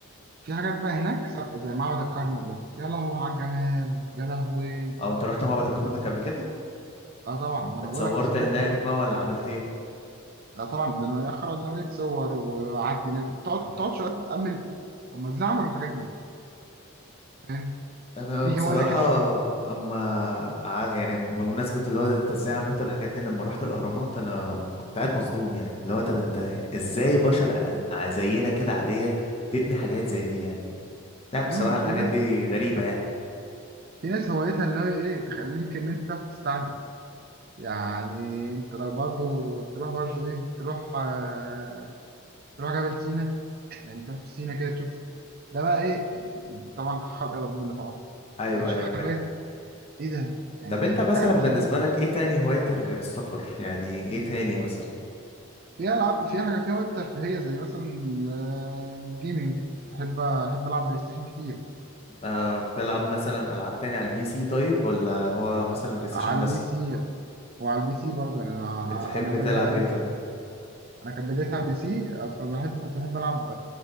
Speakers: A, on the right; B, on the left.
A: في حاجات بقى هناك ثابته زي معبد الكرنك ده يا لهوي على الجمال يا لهوي
B: او انت رحت معبد الكرنك قبل كده
A: اه طبعا ما انا
B: اتصورت
A: بقول لك سافرت
B: هناك بقى ولا عملت ايه
A: لا طبعا ده انا يا خرا ده انا بقيت صور وقعدت هناك تقعد تقعد شويه تامل هم ازاي عملوا الحاجات دي فاهم
B: انا
A: في
B: بصراحة
A: هوايه كده برضه
B: اما ع- يعني بمناسبة اللي هو انت ازاي عملت الحاجات دي أنا لما رحت الاهرامات انا كنت قاعد مصدوم يعني اللي هو طب انت ازاي بشر ع- ع- زينا كده عادية تبني حاجات زي دي يعني لا بصراحة
A: امم
B: الحاجات
A: في ناس
B: دي غريبة يعني
A: في ناس هوايتها ان هي ايه تخليك ان انت تعرف تستعجل يعني انت لو برضه تروح برضه ايه تروح آه تروح جبل سينا يعني تروح في سينا كده تشوف ده بقى ايه طبعا خلق ربنا طبعا
B: ايوه
A: فتشوف
B: ايوه فاهم
A: حاجات ايه ده يعني
B: طب انت
A: انت
B: مثلا
A: حاجات تخليك
B: بالنسبة لك ايه تاني هوايتك غير السفر يعني ايه تاني مثلا
A: في ألعاب في حاجة فيها وقت ترفيهية زي مثلا ال- الجيمنج أحب أحب ألعب بلاي ستيشن كتير
B: آه بتلعب مثلا العاب تاني على البي سي طيب ولا هو مثلا بلاي ستيشن
A: على
B: بس
A: البي سي وعلى البي سي برضه يعني أنا
B: بتحب
A: أنا بدأ
B: تلعب ايه طيب
A: أنا كانت بدايتي على البي سي فبحب كنت بحب ألعب